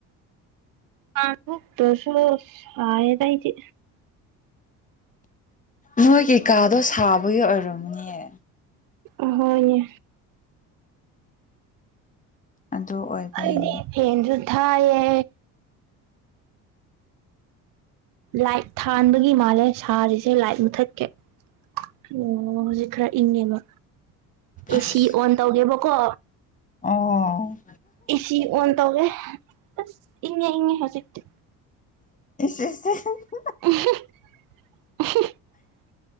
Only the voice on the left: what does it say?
ꯅꯣꯏꯒꯤ ꯀꯥꯗꯣ ꯁꯥꯕꯒꯤ ꯑꯣꯏꯔꯝꯅꯤꯌꯦ
ꯑꯗꯨ ꯑꯣꯏꯕꯩꯅꯦ
ꯑꯁ
ꯑꯣ
<unintelligible>